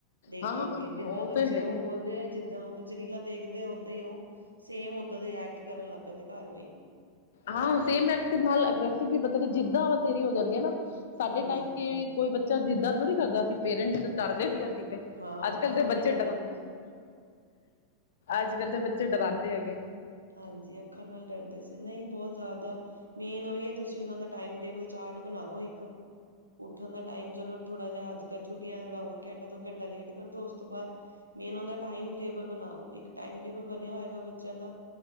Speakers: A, on the right; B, on the left.
A: ਦੇਖ-ਦੇਖ
B: ਹਾਂ ਹਾਂ
A: ਕੇ ਜਿੱਦਾਂ ਬੱਚੇ
B: ਤੇ ਹੈ
A: ਉਹ
B: ਹੀ
A: ਬੋਲਦੇ ਹੈ। ਜਦਾਂ ਚ ਰੀਲਾਂ ਦੇਖਦੇ ਆ ਓਦਾਂ ਹੀ ਉਹ--ਸੇਮ ਉਓਦਾਂ ਦੇ ਐਕਟ ਕਰਨ ਲੱਗ ਪੈਂਦੇ ਘਰ ਵੀ
B: ਹਾਂ ਸੇਮ ਐਕਟ ਨਾਲ ਅਗਰੈਸਿਵ ਵੀ ਜਿੱਦਾਂ ਵ ਤੇਰੀ ਹੋ ਜਾਂਦੀ ਹੈ ਨਾ ਸਾਡੇ
A: ਹਾਂਜੀ
B: ਟਾਈਮ ਕੇ ਕੋਈ ਚ ਜਿੱਦਾਂ ਥੋੜੀ ਕਰਦਾ ਸੀ ਪੇਰੈਂਟ ਚ ਡਰਦੇ ਸੀ।
A: ਹਾਂ
B: ਅੱਜ,
A: ਅੱਖਾਂ
B: ਕੱਲ ਦੇ
A: ਨਾਲ
B: ਬੱਚੇ
A: ਹੀ ਰਹਿ
B: ਡਰਾ
A: ਜਾਂਦੇ ਸੀ
B: ਅੱਜ, ਕੱਲ ਦੇ ਬੱਚੇ ਡਰਾਦੇ ਹੈਗੇ।
A: ਹਾਂਜੀ ਅੱਖਾਂ ਨਾਲ ਡਰਦੇ ਸੀ ਨਹੀਂ ਬਹੁਤ ਜ਼ਿਆਦਾ ਮੇਨ ਉਹੀ ਹੈ ਤੁਸੀਂ ਉਹਨਾਂ ਦਾ ਟਾਈਮ ਟੇਬਲ ਚਾਰਟ ਬਣਾਓੋ ਇੱਕ ਉੱਠਣ ਦਾ ਟਾਈਮ ਚਲੋ ਥੋੜਾ ਜਿਹਾ ਅੱਜ ਕੱਲ ਛੁੱਟੀਆਂ ਥੋੜਾ ਹੋਰ ਘੰਟਾ ਦੋ ਘੰਟਾ ਲੇਟ ਕਰ ਦੋ ਉਸ ਤੋਂ ਬਾਅਦ ਮੇਨ ਉਹ ਦਾ ਟਾਈਮ ਟੇਬਲ ਬਣਾਓ ਇੱਕ ਟਾਈਮ ਟੇਬਲ ਬਣਿਆ ਹੋਏਗਾ ਬੱਚਿਆਂ ਦਾ।